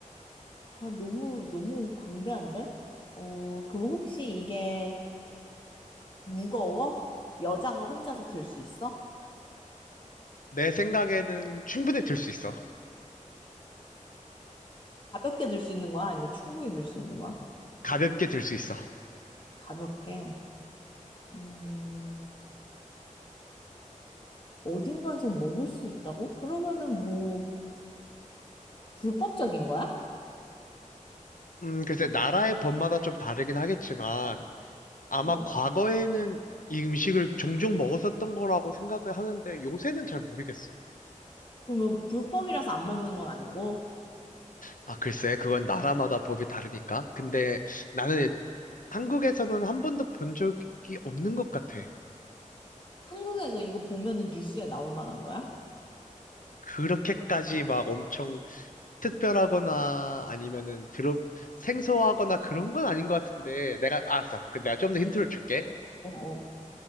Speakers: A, on the left; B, on the left.
A: 아, 너무, 너무 광대한데? 어, 그럼 혹시 이게 무거워? 여자가 혼자서 들 수 있어?
B: 내 생각에는 충분히 들 수 있어
A: 가볍게 들 수 있는 거야? 아니면 충분히 들 수 있는 거야?
B: 가볍게 들 수 있어
A: 가볍게. 어, 어딘가에서 먹을 수 있다고? 그러면은 뭐, 불법적인 거야?
B: 음 글쎄 나라의 법마다 좀 다르긴 하겠지만 아마
A: 어.
B: 과거에는 이 음식을 종종 먹었었던 거라고 생각을 하는데 요새는 잘 모르겠어
A: 그러면 불법이라서 안 먹는 건 아니고,
B: 아 글쎄 그건 나라마다 법이 다르니까 근데 나는 한국에서는 한 번도 본 적이 없는 것 같아.
A: 한국에서 이거 보면은 뉴스에 나올 만한 거야?
B: 그렇게까지 막 엄청 특별하거나 아니면은 들어 생소하거나 그런 건 아닌 것 같은데 내가 알았어. 그 내가 좀 더 힌트를 줄게.
A: 어, 어.